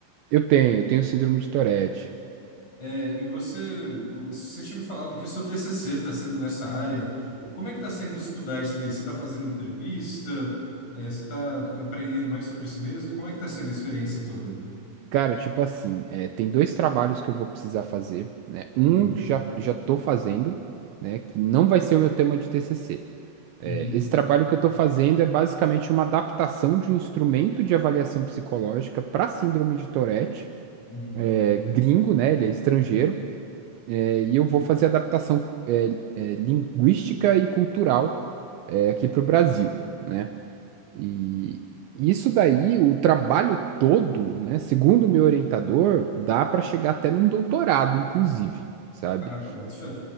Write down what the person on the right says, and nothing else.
Eu tenho, eu tenho síndrome de Tourette.
Cara, tipo assim, é, tem dois trabalhos que eu vou precisar fazer, né? Um
já, já tô fazendo, né? Que não vai ser o meu tema de TCC.
É, esse trabalho que eu tô fazendo é basicamente uma adaptação de um instrumento de avaliação psicológica para síndrome de Tourette.
É gringo, né? Ele é estrangeiro. É, e eu vou fazer adaptação é, é, linguística e cultural é, aqui para o Brasil, né? E isso daí, o trabalho todo, né? Segundo o meu orientador, dá para chegar até num doutorado, inclusive, sabe?